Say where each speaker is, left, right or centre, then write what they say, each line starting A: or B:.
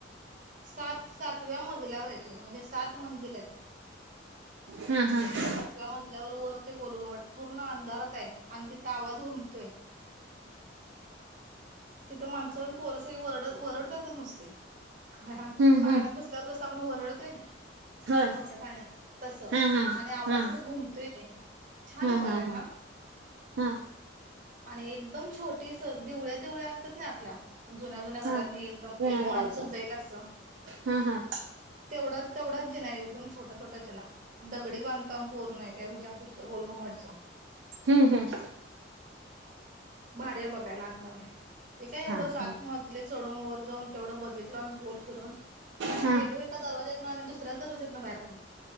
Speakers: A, on the right; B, on the right.
A: सात सातव्या मजल्यावर आहे ते म्हणजे सात मंजिल आहेत.
B: हा हा!
A: सातव्या मजल्यावर वर ते गोलघुमट, पूर्ण अंधारात आहे आण तिथ आवाज घुमतोय. तिथं माणसन पोर सगळी वरड वरडत्यातचा नुसती होय होय
B: हम्म
A: पाळण्यात
B: हम्म
A: बस ''--'' तर कस आपण वरडतोय नाय.
B: होय
A: मोठ्या पाळण्यात तस आणि
B: हा हा
A: आवाज
B: हा
A: तिथं घुमतोय लय. छान
B: हा
A: हाय बघायला.
B: हा हा हा,
A: आणि एकदम छोटी स दिवळ्या दिवळ्या असता नाय आपल्या. जुन्या जुन्या घरांतनी
B: हा
A: एकदम
B: जुन्या
A: एक
B: घराच्या
A: माणूसच जाईल असं.
B: हा हा,
A: तेवढाच तेवढाच जिना एकदम छोटा छोटा जिना. दगडी बांधकाम पूर्ण आहे त्या विजापूरच गोलघुमटचं.
B: हम्म हम्म,
A: भारी हाय बघायला आतमध्ये. ते काय एवढं
B: हा
A: सात
B: हा
A: मजले चढून वर जाऊन तेवढं बघितलो अन गोल फिरून आणि
B: हा
A: गेलोय ही ''--'' एका दरवाजातन आणि दुसऱ्यांच दरजातन बाहेर आलो.